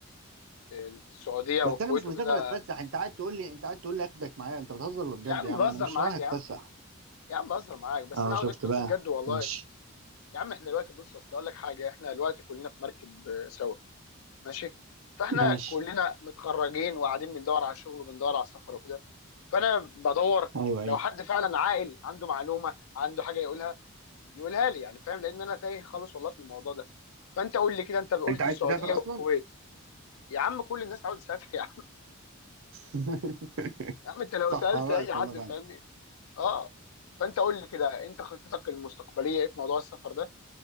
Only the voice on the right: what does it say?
بس انا مش مسافر
اتفسح انت قاعد تقول لي انت قاعد تقول لي اخدك معايا انت بتهزر ولا بجد
يا عم
انا مش
رايح اتفسح
اه
شفت
بقى
ماشي
ماشي
ايوه
ايوه
انت عايز
تسافر اصلا
<laughs>
صح
على رأيك
والله فعلا